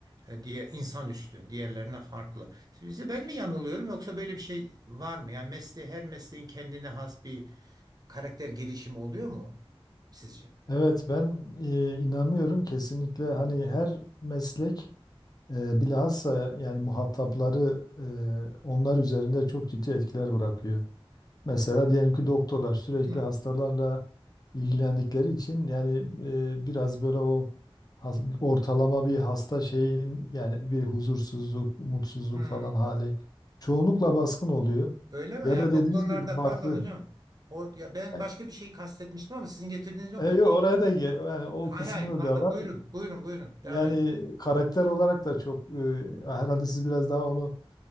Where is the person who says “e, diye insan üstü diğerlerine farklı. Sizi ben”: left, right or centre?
Right